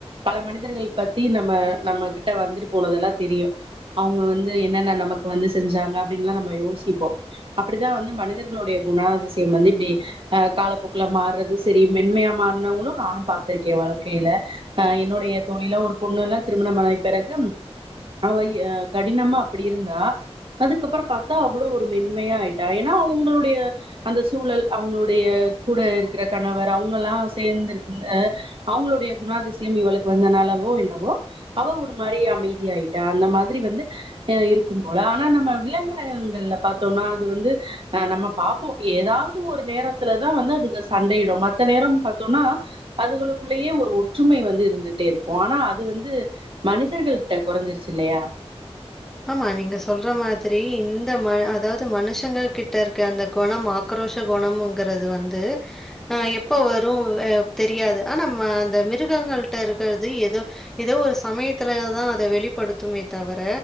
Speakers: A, on the right; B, in the centre.
A: பல மனிதர்கள் பத்தி நம்ம நம்ம கிட்ட வந்துட்டு போனதெல்லாம் தெரியும் அவங்க வந்து என்னென்ன நமக்கு வந்து செஞ்சாங்க அப்படின்னுல்லாம் நம்ம யோசிப்போம் அப்படிதான் வந்து மனிதர்களுடைய குணாதிசயம் வந்து இப்படி அஹ் காலப்போக்கல மாறுறது சரி மென்மையா மாறனவங்களும் நானும் பாார்த்திருக்கேன் வாழ்க்கையில அஹ் என்னுடைய தொழிலா ஒரு பொண்ணல்லாம் திருமணமாய் பிறகு அவை கடினமா அப்படி இருந்தா அதுக்கப்புறம் பார்த்தா அவ்வளவு ஒரு மென்மையா ஆயிட்டா ஏன்னா அவங்களுடைய அந்த சூழல் அவங்களுடைய கூட இருக்கிற கணவர் அவங்கல்லாம் சேர்ந்து இருக்கு அவங்களுடைய குணாதிசயம் இவளுக்கு வந்தனாலவோ <unintelligible> அவ ஒரு மாதிரி அமைதியிட்டா அந்த மாதிரி வந்து இருக்கும் போல ஆனா நம்ம விலகினங்கள்ல பார்த்தோம்னா அது வந்துஹ நம்ம பார்ப்போம் ஏதாவது ஒரு நேரத்துலதான் வந்து அது சண்டையிடும் மத்த நேரம் பார்த்தோம்னா அதுகளுக்குள்ளயே ஒரு ஒற்றுமை வந்து இருந்துட்டே இருக்கும் ஆனா அது வந்து மனிதர்கல்ட்ட குறைஞ்சிருச்சு இல்லையா
B: ஆமா நீங்க சொல்ற மாதிரி இந்த ம அதாவது மனுஷங்க கிட்ட இருக்க அந்த குணம் ஆக்ரோஷ குணம்ங்கறது வந்து அஹ் எப்ப வரும் தெரியாது ஆனா அந்த மிருகங்கிட்ட இருக்கிறது ஏதோ ஏதோ ஒரு சமயத்துலதான் அத வெளிப்படுத்தமே தவிர